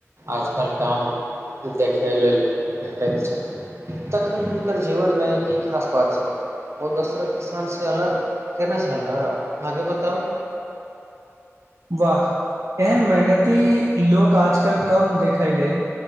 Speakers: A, on the right; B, on the right.
A: आजकल काम देखै लेल भेटैत छथिन तखन हुनकर जीवनमे की खास बात छै ओ दोसर किसानसँ अलग केना छल से आगे बताउ
B: वाह एहन मेहनती लोग आजकल कम देखय लेल